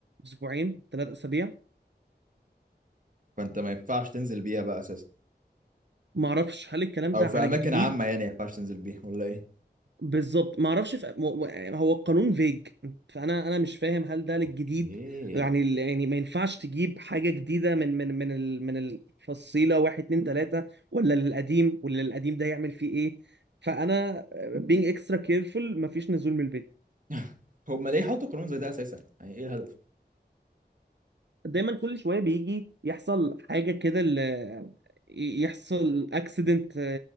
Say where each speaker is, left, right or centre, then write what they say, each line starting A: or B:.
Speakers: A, on the right (about 85°); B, on the right (about 50°).
A: أسبوعين ثلاث أسابيع
B: فانت ما ينفعش تنزل بيها بقى اساسا
A: فمعرفش هل الكلام
B: او
A: ده
B: في
A: على
B: اماكن
A: الجديد
B: عامة يعني ما ينفعش تنزل بيها ولا ايه
A: بالظبط ما اعرفش في... م- م- يعني هو القانون فيج فانا انا مش فاهم هل ده للجديد
B: اوكي
A: يعني ال- يعني ما ينفعش تجيب حاجه جديده من من من ال... من الفصيله واحد اتنين تلاته ولا للقديم ولا للقديم ده يعمل فيه ايه فانا being extra careful مفيش نزول من البيت
B: <laughs> هما ليه حطوا قانون زي ده اساسا يعني ايه الهدف
A: دايما كل شويه بيجي يحصل حاجه كده ال- يحصل اكسيدنت